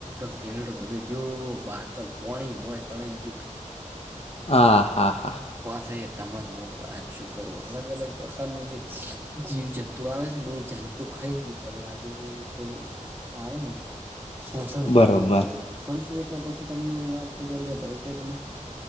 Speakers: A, on the right; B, on the left.
A: કેમેરો જો બાાતર પોણી હોય તણાય જો
B: હા હા હા
A: પાસે તમાને વાત શુ કરું અલગ અલગ પ્રકારનું જે જીવ જંતુ આવે છે. ને એ જુ તું ખાઈજું પણ આખું પેલું આવે ને શોષણ
B: બરોબર
A: થઈ ગયું મારું શોષણ છું એટલે પછી તમને હું વાતચું કરું કે ધવલભાઈ તમે?